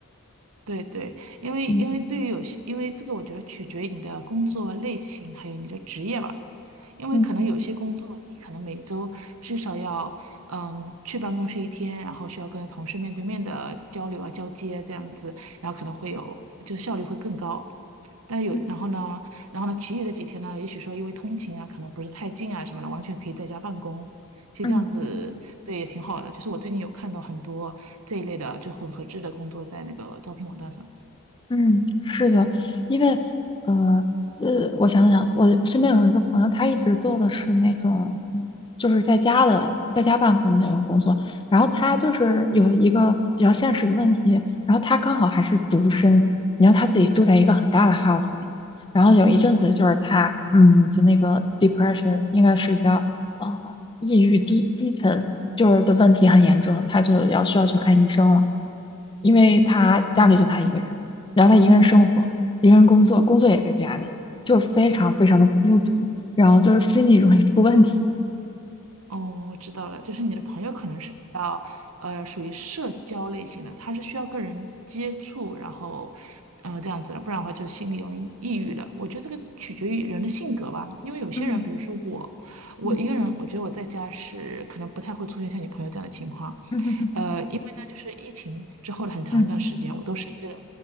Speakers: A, on the right; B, on the left.
A: 对对，因为因为对于有些，
B: 嗯
A: 因为这个我觉得取决于你的工作类型，还有你的职业吧。因为可能有些工作你可能每周至少要嗯去办公室一天，
B: 嗯
A: 然后需要跟同事面对面的交流啊、交接这样子，然后可能会有就是效率会更高。但有，
B: 嗯
A: 然后呢，然后呢，其余的几天呢，也许说因为通勤啊，可能不是太近啊什么的，完全可以在家办公。其实这样子，
B: 嗯。
A: 对，也挺好的。就是我最近有看到很多这一类的，就混合制的工作在那个招聘网站上。
B: 嗯，是的，因为呃，呃，我想想，我身边有一个朋友，他一直做的是那种，嗯就是在家的，在家办公的那种工作。然后他就是有一个比较现实的问题，然后他刚好还是独身，然后他自己住在一个很大的 house 里面。然后有一阵子就是他，嗯，的那个 depression 应该是叫呃抑郁低低沉，就是的问题很严重，他就要需要去看医生了，因为他家里就他一个人。然后他一个人生活，一个人工作，工作也在家里，就是非常非常的孤独，然后就是心理容易出问题，
A: 哦，我知道了，就是你的朋友可能是比较，呃，属于社交类型的，他是需要跟人接触，然后，呃，这样子的，不然的话就心里容易抑郁的。我觉得这个取决于人的性格吧，因为有些人，
B: 嗯
A: 比如说我，我一个人，
B: 嗯
A: 我觉得我在家是可能不太会出现像你朋友这样的情况，
B: 嗯
A: 呃，因为呢，就是疫情之后的很长一段时间，
B: 嗯
A: 我都是一个人，